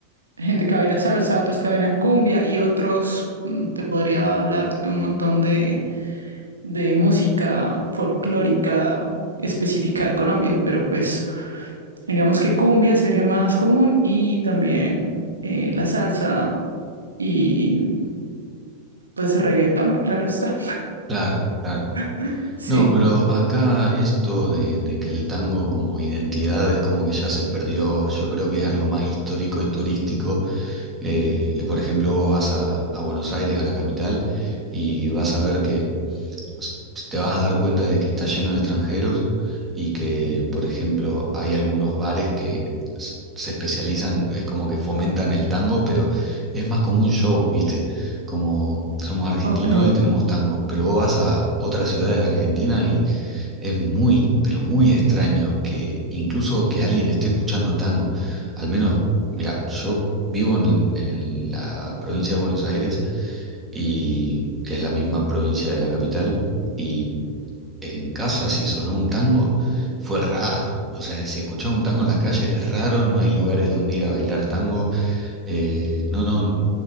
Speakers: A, on the right; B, on the right.
A: gente que baila salsa, otros que bailan cumbia y otros, mm, te podría hablar de un montón de, de música folclórica específica de Colombia, pero pues digamos que cumbia sería más común y también eh, la salsa. Y pues reggaetón, claro está.
B: claro, claro.
A: <laughs> Sí.
B: No, pero acá esto de, de que el tango como identidad es como que ya se perdió, yo creo que es algo más histórico y turístico. Eh, que por ejemplo, vos vas a, a Buenos Aires, a la capital, y vas a ver que... s- te vas a dar cuenta de que está lleno de extranjeros y que, por ejemplo, hay algunos bares que s- se especializan, es como que fomentan el tango, pero es más como un show, ¿viste? Como somos argentinos
A: Ok.
B: y tenemos tango, pero vos vas a otras ciudades de Argentina y es muy, pero muy extraño que incluso que alguien esté escuchando tango. Al menos, mira, yo vivo en en la provincia de Buenos Aires y que es la misma provincia de la capital, y en casa si sonó un tango fue raro. O sea, si escuchás un tango en la calle es raro, no hay lugares donde ir a bailar tango. eh, no, no,